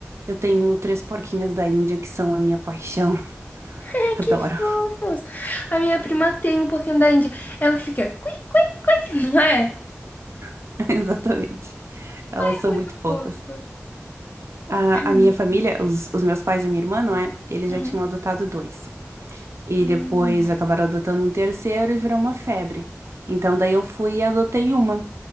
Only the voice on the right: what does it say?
eu tenho três porquinhas da Índia que são a minha paixão. <laughs>
Adoro.
<laughs> Exatamente. Elas são
muito fofas.
A,
a minha família, os, os meus pais e minha irmã, não é? Eles
já tinham adotado dois. E
depois acabaram adotando um terceiro e virou uma febre. Então daí eu fui e adotei uma,